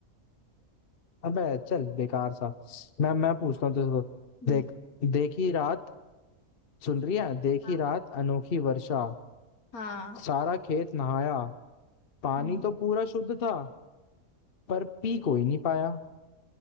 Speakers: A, on the left; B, on the left.
A: अबे चल बेकार सा मैं मैं पूछता हूँ तुझसे
B: हम्म,
A: देख देखी रात सुन रही है देखी
B: हाँ
A: रात
B: हाँ
A: अनोखी वर्षा
B: हाँ
A: सारा खेत नहाया पानी
B: हम्म
A: तो पूरा शुद्ध था पर पी कोई नहीं पाया